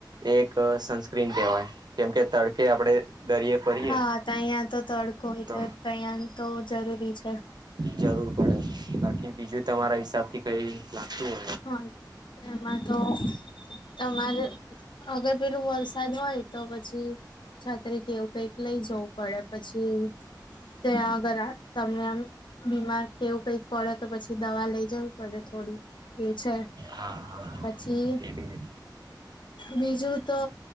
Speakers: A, on the right (about 65°); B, on the left (about 85°).
A: એક સનસ્ક્રીન કહેવાય કેમકે તડકે આપણે દરીયે ફરીએ
B: હા ત્યાં તો તડકો એટલે
A: તો
B: ત્યાં તો જરૂરી છે
A: જરૂર પડે બીજું તમારા હિસાબથી કઈ લાગતું હોય
B: હા એમાં તો તમારે અગર પેલું વરસાદ હોય તો પછી છાત્રી કેવું કઈક લઈ જવું પડે પછી ત્યાં અગર તમને આમ બીમાર તેવું કંઈ પડત તો પછી દવા લઈ જવું પડે થોડી એ છે
A: હા હા
B: પછી
A: એ બી
B: બીજું તો